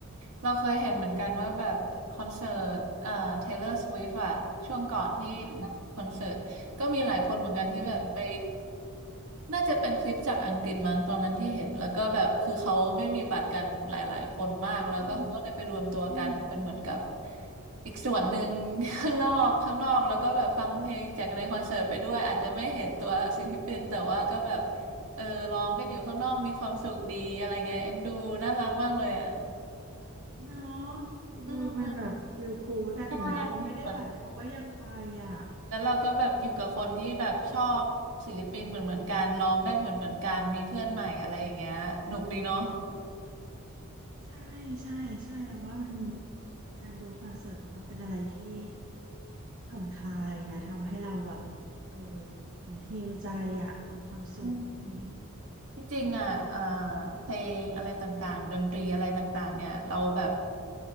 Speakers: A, on the right; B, on the right.
A: เราเคยเห็นเหมือนกันว่าแบบคอนเสิร์ตเอ่อ Taylor Swift อะช่วงก่อนที่
B: อืม
A: คอนเสิร์ตก็มีหลายคนเหมือนกันที่แบบไป
B: อืม
A: น่าจะเป็นคลิปจากอังกฤษมั้งตอนนั้นที่เห็น แล้วก็แบบคือเขาไม่มีบัตรกันหลายๆคนมาก แล้วก็เขาก็เลยไปรวมตัวกันเป็นเหมือนกับ
B: อืมอืม
A: อีกส่วนหนึ่ง <laughs> ข้างนอกข้างนอกแล้วก็แบบฟังเพลงจากในคอนเสิร์ตไปด้วยอาจจะไม่เห็นตัว <laughs> ศิลปินแต่ว่าก็แบบ เออร้องกันอยู่ข้างนอกมีความสุขดีอะไรเงี้ยเอ็นดูน่ารักมากเลยอ่ะ
B: เนาะเออมันแบบฟีลกู๊ดอะถึงแม้เขาไม่ได้บัตรเขาก็ยังไปอ่ะ
A: อืมใช่เหมือนแล้วเราก็แบบอยู่กับคนที่แบบชอบศิลปินเหมือนเหมือนกันร้องได้เหมือนเหมือนกันมีเพื่อนใหม่อะไรอย่างเงี้ยหนุกดีเนาะ
B: ใช่ใช่ใช่แล้วว่ามันการดูคอนเสิร์ตมันก็เป็นอะไรที่ผ่อนคลายนะทำให้เราแบบเออเหมือนฮีลใจอ่ะมีความสุขอย่างนี้
A: อืมที่จริงอ่ะอ่าเพลงอะไรต่างๆดนตรีอะไรต่างๆเนี่ยเราแบบ